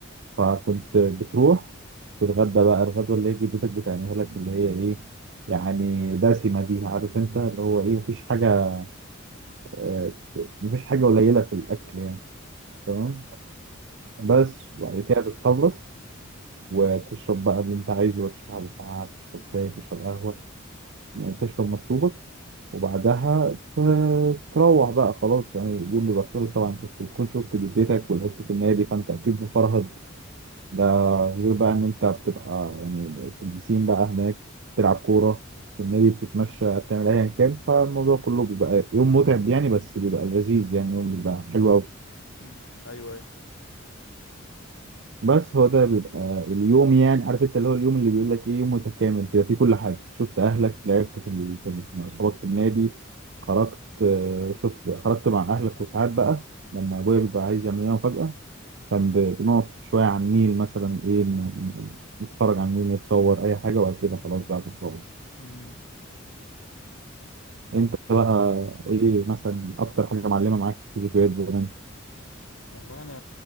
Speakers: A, on the right; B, on the left.
A: فكنت بتروح تتغدى بقى الغدوة اللي هي جدتك بتعملها لك اللي هي إيه يعني دسمة دي عارف أنت اللي هو إيه مفيش حاجة آه، مفيش حاجة قليلة في الأكل يعني تمام بس
B: مم.
A: وبعد كده بتخلص وتشرب بقى اللي أنت عايزه وتشرب على ساعة تشرب شاي تشرب قهوة يعني تشرب مشروبك وبعدها ت- تروح بقى خلاص يعني اليوم بيبقى خلص طبعا انت بتكون شفت جدتك ولعبت في النادي فانت اكيد مفرهد ده غير بقى ان انت بتبقى يعني في البسين بقى هناك تلعب كوره في النادي بتتمشى بتعمل ايا كان فالموضوع كله بيبقى يوم متعب يعني بس بيبقى لذيذ يعني يوم بيبقى حلو قوي
B: مم. ايوه ايوه
A: بس هو ده بيبقى اليوم يعني عارف انت اللي هو اليوم اللي بيقول لك ايه يوم متكامل كده فيه كل حاجه شفت اهلك لعبت في ال- في- مع اصحابك في النادي خرجت آه، شفت خرجت مع اهلك وساعات بقى لما ابويا بيبقى عايز يعمل لنا مفاجاه كان ب- بنقف شويه على النيل مثلا ايه ن- ن- نتفرج على النيل نتصور اي حاجه وبعد كده خلاص بقى بنروح
B: مم.
A: انت بقى ايه مثلا اكتر حاجه معلمه معاك في ذكريات زمان
B: والله انا